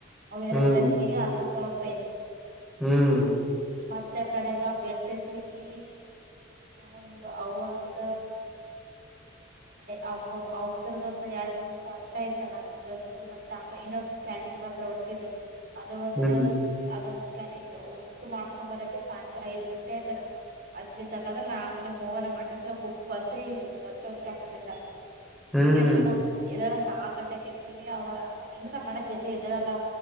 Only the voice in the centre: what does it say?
ಹ್ಮ್ ಹ್ಮ್
ಹ್ಮ್
ಹ್ಮ್,
ಹ್ಮ್,